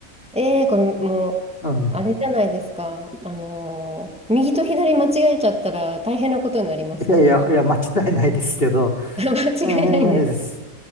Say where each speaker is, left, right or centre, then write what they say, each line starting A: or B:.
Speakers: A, in the centre; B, on the left.
A: ええー、これもう、
B: うん。
A: あれじゃないですか。あのー右と左間違えちゃったら大変なことになりますね。
B: いやいや、いや、間違いないですけど、
A: <laughs> 間違えないんです。
B: うん、うんないです。